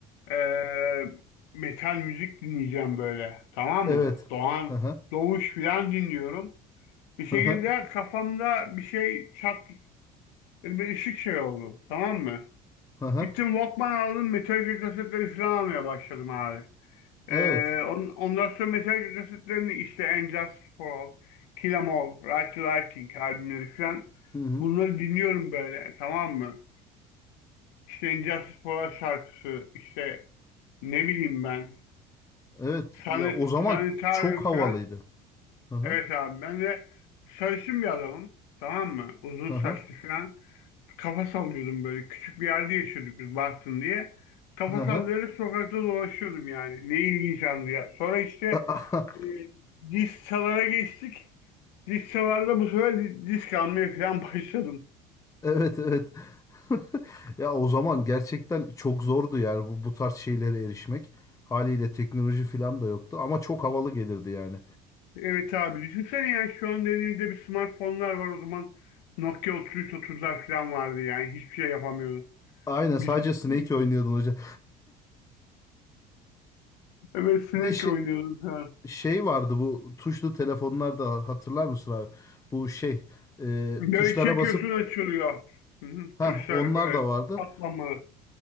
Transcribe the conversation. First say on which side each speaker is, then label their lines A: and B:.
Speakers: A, on the left (about 70°); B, on the left (about 15°).
A: eee, metal müzik dinleyeceğim böyle. Tamam
B: Evet.
A: mı? Doğan,
B: Hı hı.
A: Doğuş filan dinliyorum. Bir şekilde
B: Hı hı.
A: kafamda bir şey çat, bir ışık şey oldu. Tamam mı?
B: Hı hı.
A: Gittim Walkman aldım, Metallica kasetleri filan almaya başladım abi. Ee,
B: Evet.
A: on, ondan sonra mesela kasetlerini işte And Just For All, Kill 'Em All, Right to Lighting albümleri falan
B: Hı hı.
A: bunları dinliyorum böyle tamam mı? İşte And Justice For All şarkısı işte ne bileyim ben
B: Evet.
A: Sanet,
B: Ya o zaman
A: Sanitarium
B: çok havalıydı.
A: falan
B: Hı hı.
A: evet abi ben de sarışın bir adamım tamam mı? Uzun
B: Hı
A: saçlı
B: hı.
A: falan. kafa sallıyordum böyle. Küçük bir yerde yaşıyorduk biz Bartın diye. Kafa
B: Hı hı.
A: sallayarak sokakta dolaşıyordum yani. Ne ilginç andı ya. Sonra işte
B: <laughs>
A: e, disçalara geçtik. Disçalarda bu sefer di- disk almaya falan <laughs> başladım.
B: Evet evet. <laughs> Ya o zaman gerçekten çok zordu yani bu, bu tarz şeylere erişmek. Haliyle teknoloji falan da yoktu ama çok havalı gelirdi yani.
A: Evet abi düşünsene ya şu an elimizde bir smartfonlar var o zaman Nokia 3330'lar falan vardı yani hiçbir şey yapamıyordum.
B: Aynen sadece
A: Müzik
B: Snake
A: dinliyordum.
B: oynuyordun hocam.
A: Evet
B: <laughs>
A: sinek
B: Bir de şey,
A: oynuyordum falan.
B: şey vardı bu tuşlu telefonlarda hatırlar mısın abi? Bu şey e,
A: Böyle
B: tuşlara
A: çekiyorsun
B: basıp
A: açılıyor. Hı hı,
B: ha
A: Tuşlar
B: onlar
A: böyle
B: da vardı.
A: katlanmalı.